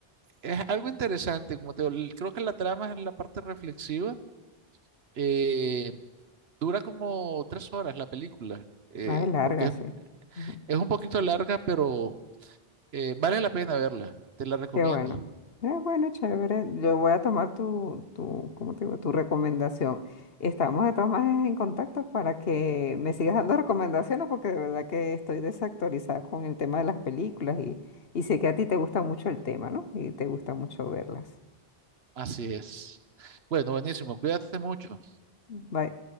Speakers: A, on the right; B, on the left.
A: es algo interesante, como te digo, el- creo que la trama es la parte reflexiva. eh, dura como tres horas la película, eh,
B: Ah, es larga,
A: porque
B: sí. Ujú.
A: es un poquito larga, pero Eh, vale la pena verla, te la recomiendo.
B: Qué bueno. Eh, bueno, chévere. Yo voy a tomar tu, tu, ¿cómo te digo? Tu recomendación. Estamos de todas maneras en contacto para que me sigas dando <laughs> recomendaciones porque de verdad que estoy desactualizada con el tema de las películas y, y sé que a ti te gusta mucho el tema, ¿no? Y te gusta mucho verlas.
A: Así es. Bueno, buenísimo, cuídate mucho.
B: Bye.